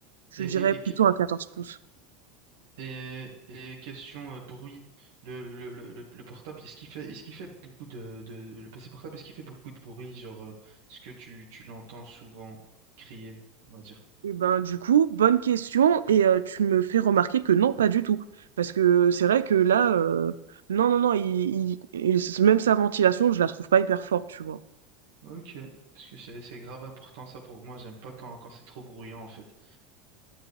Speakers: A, on the right; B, on the right.
A: je
B: Et,
A: te dirais
B: et, et
A: plutôt un 14 pouces.
B: Et, et question euh, bruit, le, le, le, le le portable, est-ce qu'il fait, est-ce qu'il fait beaucoup de, de, le PC portable, est-ce qu'il fait beaucoup de bruit, genre, euh, est-ce que tu, tu l'entends souvent crier, on va dire?
A: Et ben du coup, bonne question et euh, tu me fais remarquer que non, pas du tout. Parce que c'est vrai que là, euh, non, non, non, il, il- il- même sa ventilation, je la trouve pas hyper forte, tu vois.
B: Ok, parce que c'est, c'est grave important ça pour moi, j'aime pas quand, quand c'est trop bruyant en fait.